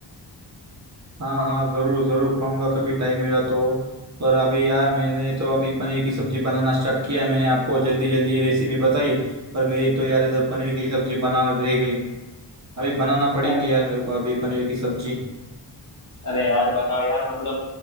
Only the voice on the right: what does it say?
हाँ हाँ जरूर जरूर खाऊंगा कभी टाइम मिला तो पर अभी यार मैंने तो अभी पनीर की सब्जी बनाना स्टार्ट किया है। मैंने आपको जल्दी जल्दी रेसिपी बताई पर मेरी तो यार इधर पनीर की सब्जी बनाना रह गई अभी बनाना पड़ेंगी
यार मेरे को अभी पनीर की सब्जी